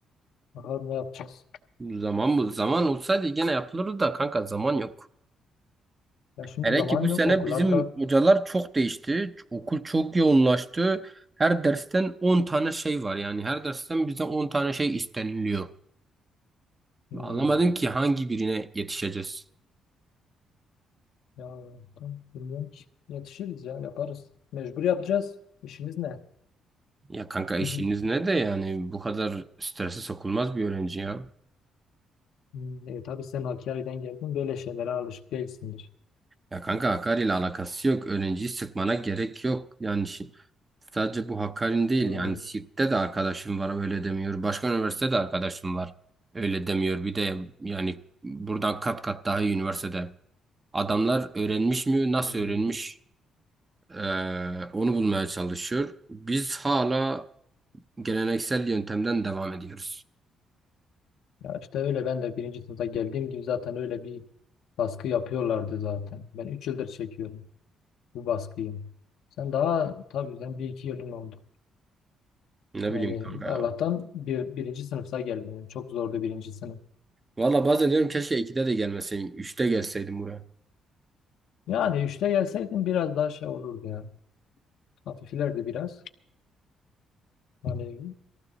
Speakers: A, on the left (about 80°); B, on the right (about 25°).
A: Bakalım ne yapacağız?
B: Zaman bu. Zaman olsaydı gene yapılırdı da kanka zaman yok.
A: Ya şimdi
B: Hele
A: zaman
B: ki bu sene
A: yok. Okullarda
B: bizim hocalar çok değişti. Okul çok yoğunlaştı. Her dersten 10 tane şey var. Yani her dersten bizden 10 tane şey isteniliyor.
A: Hmm.
B: Anlamadım ki hangi birine yetişeceğiz.
A: Ya tam bilmiyorum ki. Yetişiriz ya yaparız. Mecbur yapacağız. İşimiz ne?
B: Ya kanka işiniz
A: <laughs>
B: ne de yani bu kadar strese sokulmaz bir öğrenci ya.
A: Hmm, E, tabii sen Hakkari'den geldin. Böyle şeylere alışık değilsindir.
B: Ya kanka Hakkari ile alakası yok. Öğrenciyi sıkmana gerek yok. Yani şi- sadece bu Hakkari'nin değil.
A: Hmm.
B: Yani Siirt'te de arkadaşım var öyle demiyor. Başka üniversitede de arkadaşım var öyle demiyor. Bir de yani buradan kat kat daha iyi üniversitede. Adamlar öğrenmiş mi nasıl
A: hmm.
B: öğrenmiş eee, onu bulmaya çalışıyor. Biz hala geleneksel yöntemden devam ediyoruz.
A: Ya işte öyle ben de birinci sınıfta geldiğim gibi zaten öyle bir baskı yapıyorlardı zaten. Ben 3 yıldır çekiyorum bu baskıyı. Sen daha tabii sen bir iki yılın oldu.
B: Ne
A: Yani
B: bileyim kanka
A: Allah'tan
B: ya.
A: bir, birinci sınıfta gelmedin. Çok zordu birinci sınıf.
B: Valla bazen diyorum keşke ikide de gelmeseydim. üçte gelseydim buraya.
A: Yani işte gelseydin biraz daha şey olurdu ya. Hafiflerdi biraz. Hani